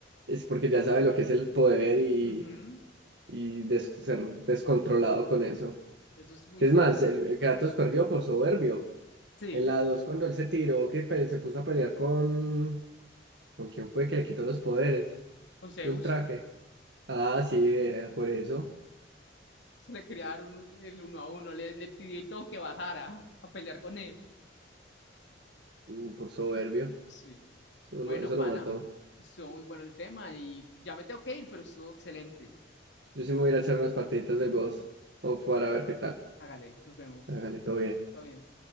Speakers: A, on the right; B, on the left.
A: Es porque ya sabe lo que es el poder y,
B: Ujú,
A: y des- ser descontrolado con eso.
B: Eso es muy
A: es
B: cierto.
A: más? El, el Kratos perdió por soberbio.
B: Sí.
A: En la 2 cuando él se tiró, que pe- se puso a pelear con... ¿Con quién fue que le quitó los poderes?
B: con Zeus,
A: Y un traje. Ah, sí, eh, por eso.
B: se le quería dar el uno a uno, le, le pidió y todo que bajara a pelear con él.
A: Mm, Por soberbio.
B: Sí.
A: Eso
B: Bueno,
A: lo, eso
B: pana,
A: lo mató.
B: estuvo muy bueno el tema y ya me tengo que ir, pero estuvo excelente.
A: Yo sí me voy a ir a echar unas partiditas del
B: Ujú.
A: Ghost of War a ver qué tal.
B: Hágale, nos vemos.
A: Hágale, todo bien.
B: Todo bien.